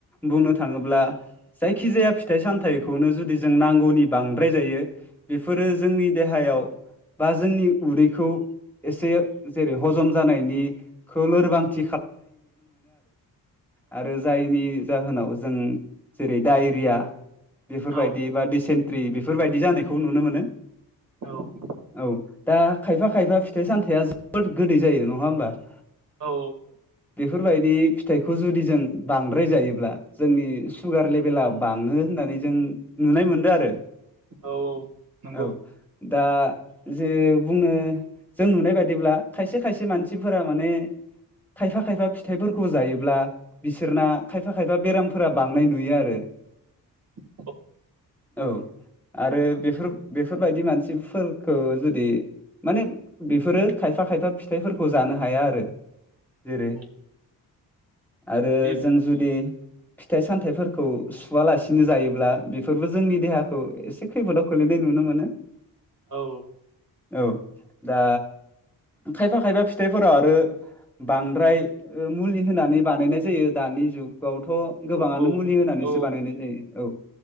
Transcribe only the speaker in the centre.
बुंनो थाङोब्ला <inaudible> जायखि जाया फिथाइ बेफोरो
एसे जेरै हजम जानायनि आरो जायनि जाहोनाव जों जेरै डायरिया बेफोरबायदि
बा दिसेनत्रि बेफोरबायदि जानायखौ नुनो मोनो
औ दा खायफा खायफा फिथाइ सामथायाइा जोबोद गोदै जायो नङा होमबा <inaudible>
बेफोरबायदि फिथाइखौ जुदि जों बाद्राय जायोब्ला जोंनि सुगार लेबेल आ बाङो होननानै जों नुनाय मोनदों आरो।
औ दा जे बुंनो। जों नुनाय बायदिब्ला खायसे खायसे मानसिफोरा माने खायफा खायफा खायफा फिथाइफोरखौ जायोब्ला बिसोरना खायफा खायफा बेरामफोरा बांनाय नुयो आरो
औ आरो बेफोर बेफोरबायदि मानसिफोरखौ जुदि माने बेफोरो खायफा खायफा फिथाइफोरखौ जानो हाया आरो जेरै
आरो
जों जुदि फिथाइ सामथाइफोरखौ सुवालासिनो जायोब्ला बेफोरबो जोंनि देहाखौ एसे खैफोदाव खोलैनाय नुनो मोनो
औ दा खायफा खायफा फिथाइफोरााव आरो बांद्राय मुलि होनानै बानायनाय जायो दानि जुग थ' गोबाङनो
म होननानै
बानायनाय जायो औ